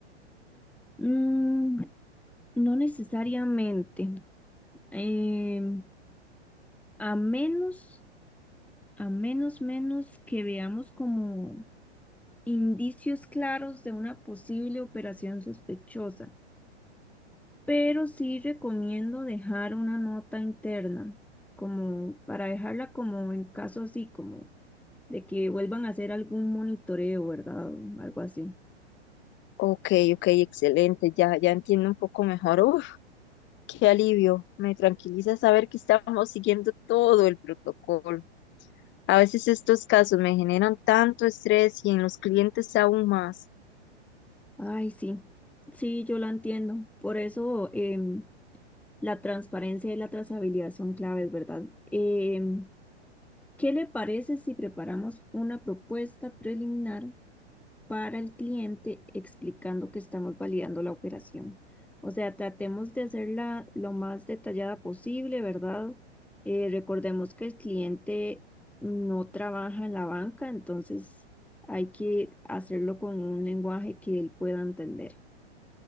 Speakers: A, in the centre; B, on the left (about 35°).
A: Mm, no necesariamente. Em, A menos, a menos, menos que veamos como indicios claros de una posible operación sospechosa. Pero sí recomiendo dejar una nota interna, como para dejarla como en caso así, como de que vuelvan a hacer algún monitoreo, ¿verdad? O algo así.
B: Ok, ok, excelente. Ya, ya entiendo un poco mejor. Uf, qué alivio. Me tranquiliza saber que estamos siguiendo todo el protocolo. A veces estos casos me generan tanto estrés y en los clientes aún más.
A: Ay, sí, sí, yo la entiendo. Por eso em, la transparencia y la trazabilidad son claves, ¿verdad? Em, ¿Qué le parece si preparamos una propuesta preliminar para el cliente explicando que estamos validando la operación? O sea, tratemos de hacerla lo más detallada posible, ¿verdad? Eh, recordemos que el cliente no trabaja en la banca, entonces hay que hacerlo con un lenguaje que él pueda entender.